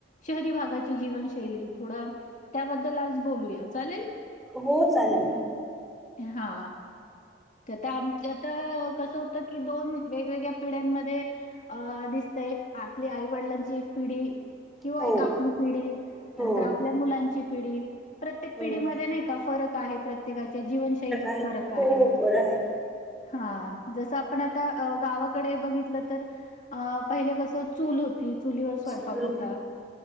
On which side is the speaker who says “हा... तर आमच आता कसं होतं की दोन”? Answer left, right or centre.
Left